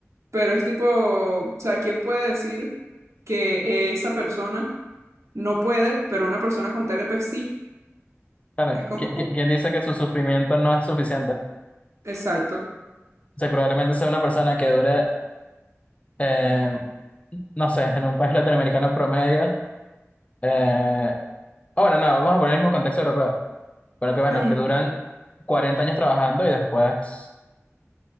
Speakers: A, on the right; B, on the left.
A: pero es tipo, o sea, ¿quién puede decir que esa persona no puede, pero una persona con T L P sí?
B: claro,
A: Es como,
B: ¿qui- qui- ¿quién, dice que su sufrimiento no es suficiente? O
A: exacto.
B: sea, probablemente sea una persona que dure, eh, no sé, en un país latinoamericano promedio, eh, ah, bueno, no, vamos a poner el mismo contexto europeo, pero que bueno,
A: Mm,
B: que duran 40 años trabajando y después